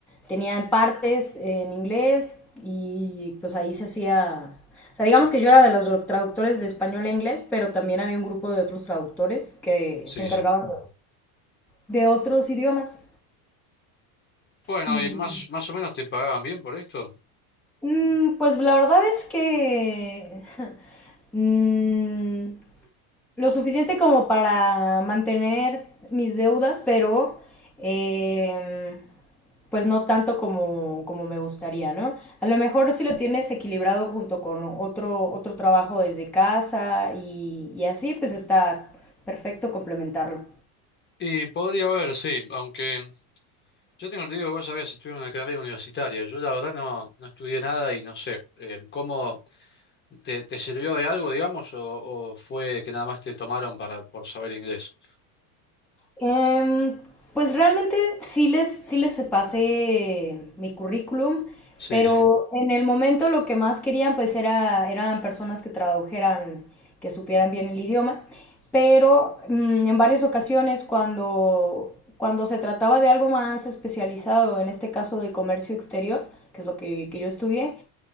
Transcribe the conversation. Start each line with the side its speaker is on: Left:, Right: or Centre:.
Centre: tenían partes en inglés y pues ahí se hacía, o sea, digamos que yo era de los traductores de español a inglés, pero también había un grupo de otros traductores que
Left: Sí,
Centre: se encargaban
Left: sí.
Centre: de otros idiomas.
Left: Bueno,
Centre: Y
Left: y más, más o menos te pagaban bien por esto.
Centre: Mm, pues la verdad es que <laughs> mm, lo suficiente como para mantener mis deudas, pero em, pues no tanto como, como me gustaría, ¿no? A lo mejor si lo tienes equilibrado junto con otro, otro trabajo desde casa y, y así, pues está perfecto complementarlo.
Left: Y podría haber, sí, aunque yo tengo entendido que vos habías estudiado una carrera universitaria. Yo la verdad no, no estudié nada y no sé, eh, ¿cómo te, te sirvió de algo, digamos, o, o fue que nada más te tomaron para, por saber inglés?
Centre: Em, pues realmente sí les, sí les pasé mi currículum,
Left: Sí,
Centre: pero
Left: sí,
Centre: en el momento lo que más querían pues era, eran personas que tradujeran, que supieran bien el idioma, pero mm, en varias ocasiones cuando, cuando se trataba de algo más especializado, en este caso de comercio exterior, que es lo que, que yo estudié,